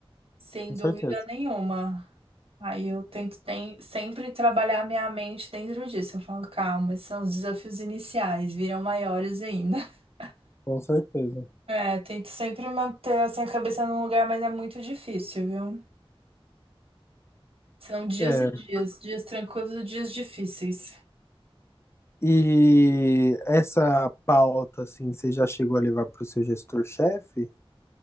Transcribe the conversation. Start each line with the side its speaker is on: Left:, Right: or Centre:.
Right: sem
Left: com
Right: dúvida
Left: certeza.
Right: nenhuma. Aí eu tento tem- sempre trabalhar minha mente dentro disso. Eu falo, calma, esses são os desafios iniciais, virão maiores ainda. <laughs>
Left: Com certeza.
Right: É, tento sempre manter assim, a cabeça num lugar, mas é muito difícil, viu? São dias
Left: É.
Right: e dias, dias tranquilos e dias difíceis.
Left: E essa pauta, assim, você já chegou a levar para o seu gestor-chefe?